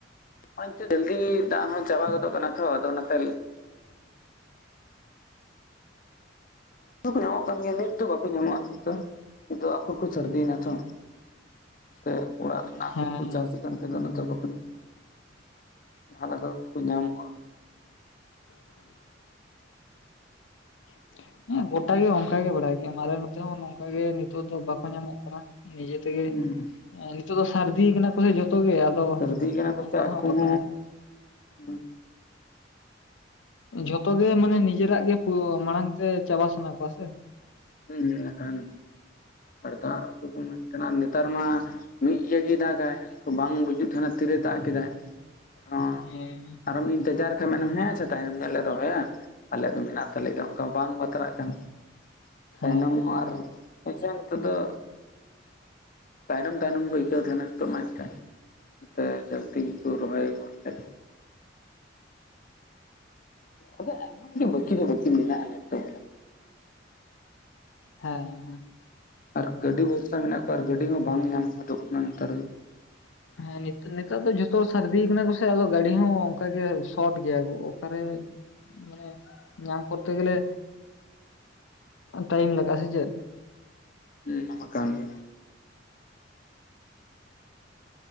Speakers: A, on the left; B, on the left.
A: ᱱᱚᱜᱚᱭ <unintelligible> ᱡᱟᱞᱫᱤ ᱜᱤ ᱫᱟᱜ ᱦᱚ ᱪᱟᱵᱟ ᱜᱚᱫᱚᱜ ᱠᱟᱱᱟ ᱛᱚ ᱟᱫᱚ ᱚᱱᱟᱛᱮ ᱫᱚᱠᱚ ᱧᱟᱢᱚᱜ ᱠᱟᱱ ᱜᱮᱭᱟᱢ, ᱱᱤᱛ ᱫᱚ ᱵᱟᱠᱚ ᱧᱟᱢᱚᱜᱼᱟ ᱱᱤᱛ ᱫᱚ ᱱᱤᱛ ᱫᱚ ᱟᱠᱚ ᱠᱚ ᱥᱟᱹᱨᱫᱤᱭᱮᱱᱟ ᱛᱷᱚ,
B: <inaudible>
A: ᱛᱮᱜ ᱚᱲᱟᱜ ᱨᱮᱱᱟᱜ ᱦᱟᱠᱩᱠᱚ
B: ᱦᱮᱸ ᱦᱮᱸ
A: ᱪᱟᱥᱮᱫ ᱠᱟᱱ ᱛᱮ ᱤᱱᱟᱹᱛᱮ ᱵᱟᱠᱚ ᱧᱟᱢᱚᱜ ᱛᱟᱦᱞᱮ ᱠᱷᱟᱡ ᱠᱚ ᱧᱟᱢ ᱠᱚᱜᱼᱟ᱾
B: <inaudible> <inaudible> ᱦᱮ ᱜᱚᱴᱟ ᱜᱮ ᱚᱱᱠᱟ ᱜᱮ ᱵᱟᱲᱟᱭ ᱜᱮᱭᱟᱢ ᱟᱞᱮ ᱱᱚᱛᱮ ᱦᱚ ᱱᱚᱝᱠᱟ ᱜᱮ ᱱᱤᱛᱚᱜ ᱫᱚ ᱵᱟᱠᱚ ᱧᱟᱢᱚᱜ ᱠᱟᱱᱟ ᱱᱤᱡᱮ ᱜᱮ
A: ᱦᱩᱸ
B: ᱱᱤᱛᱚᱜ ᱫᱚ ᱥᱟᱹᱨᱫᱤ ᱠᱟᱱᱟ ᱠᱚᱥᱮ ᱡᱷᱚᱛᱚ ᱜᱮ ᱟᱫᱚ
A: ᱥᱟᱹᱨᱫᱤ ᱠᱟᱱᱟ ᱠᱚ
B: ᱚᱱᱠᱟ
A: ᱥᱮ
B: ᱫᱚ
A: ᱟᱠᱚ
B: ᱦᱟᱸᱜ
A: ᱦᱚᱸ
B: ᱵᱟᱠᱚ ᱧᱟᱢᱚᱜ
A: ᱦᱩ,
B: ᱡᱷᱚᱛᱚ ᱜᱮ ᱢᱟᱱᱮ ᱱᱤᱡᱮᱨᱟᱜ ᱜᱮ ᱢᱟᱲᱟᱝ ᱛᱮ ᱪᱟᱵᱟ ᱥᱟᱱᱟ ᱠᱚᱣᱟ ᱥᱮ,
A: ᱦᱩ ᱱᱟᱠᱷᱟᱱ ᱟᱨ ᱩᱱᱠᱩ ᱠᱚ ᱢᱮᱱ ᱛᱟᱦᱮᱱᱟ ᱱᱮᱛᱟᱨ ᱢᱟ ᱢᱤᱫ ᱤᱭᱟᱹᱜᱮ ᱫᱟᱜᱟᱭ ᱵᱟᱝ ᱵᱩᱡᱩᱜ ᱛᱟᱦᱮᱱᱟ, ᱛᱤᱨᱮᱭ ᱫᱟᱜ ᱠᱮᱫᱟᱭ ᱟᱨᱦᱚ
B: ᱦᱮᱸ
A: ᱟᱨᱦᱚᱢ ᱤᱱᱛᱮᱡᱟᱨ ᱠᱷᱟᱱ ᱢᱮᱱᱟᱢ ᱦᱮᱥᱮᱛᱟᱜ ᱮᱱᱜᱮ ᱞᱮ ᱨᱚᱦᱚᱭᱟ, ᱟᱞᱮᱭᱟᱜ ᱫᱚ ᱢᱮᱱᱟᱜ ᱛᱟᱞᱮ ᱜᱮᱭᱟ ᱚᱝᱠᱟ ᱢᱟ ᱵᱟᱝ ᱵᱟᱛᱟᱨᱟᱜ ᱠᱟᱱᱟ
B: ᱦᱮᱸ
A: ᱛᱟᱭᱱᱚᱢᱚᱜᱼᱟ
B: ᱦᱮᱸ
A: ᱟᱨ ᱱᱤᱛᱚᱜ ᱫᱚ ᱛᱟᱭᱱᱚᱢ ᱛᱟᱭᱱᱚᱢ ᱠᱚ ᱟᱹᱭᱠᱟᱹᱣ ᱛᱟᱦᱮᱱᱟ ᱱᱤᱛᱚᱜ ᱢᱟ ᱮᱱᱠᱷᱟᱱ ᱛᱮ ᱡᱟᱞᱛᱤ ᱠᱚ ᱨᱚᱦᱚᱭ ᱜᱚᱫ ᱠᱮᱫ ᱜᱮ, ᱟᱫᱚ ᱟᱭᱢᱟ ᱜᱮ ᱵᱟᱠᱤ ᱫᱚ ᱵᱟᱠᱤ ᱢᱮᱱᱟᱜᱼᱟ ᱱᱤᱛᱚᱜ,
B: ᱦᱮᱸ ᱦᱮᱸ᱾
A: ᱟᱨ ᱜᱟᱹᱰᱤ ᱵᱷᱚᱨᱥᱟ ᱢᱮᱱᱟᱜ ᱠᱚᱣᱟ, ᱟᱨ ᱜᱟᱹᱰᱤ ᱦᱚᱸ ᱵᱟᱝ ᱧᱟᱢ ᱦᱚᱫᱚᱜ ᱠᱟᱱᱟ ᱱᱮᱛᱟᱨ ᱫᱚ᱾
B: ᱦᱮᱸ ᱱᱤᱛᱚᱜ ᱫᱚ ᱡᱷᱚᱛᱚ ᱥᱟᱹᱨᱫᱤ ᱠᱟᱱᱟ ᱠᱚ ᱥᱮ ᱟᱫᱚ ᱜᱟᱹᱰᱤ ᱦᱚᱸ ᱚᱱᱠᱟᱜᱮ ᱥᱚᱴ ᱜᱮᱭᱟ ᱠᱚ ᱚᱠᱟᱨᱮ᱾ ᱢᱟᱱᱮ ᱧᱟᱢ ᱠᱚᱨᱛᱮ ᱜᱮᱞᱮ ᱴᱟᱭᱤᱢ ᱞᱟᱜᱟᱜᱼᱟ ᱥᱮ ᱪᱮᱫ?
A: ᱦᱩᱸ ᱚᱱᱟ ᱢᱟ ᱠᱟᱱᱜᱮ᱾